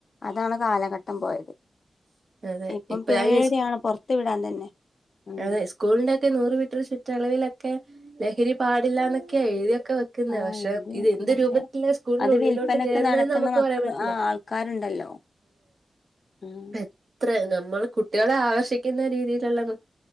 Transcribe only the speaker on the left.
അതാണ് കാലഘട്ടം പോയത്
ഇപ്പം
പേടിയാണ്
പൊറത്തു വിടാൻ തന്നെ ഉം
ആഹ്
എഴുതി
വെക്കും
പക്ഷെ
അത് വിൽപ്പനക്ക്
നടക്കുന്ന
മക്ക
ആ ആൾക്കാരുണ്ടല്ലോ ഉം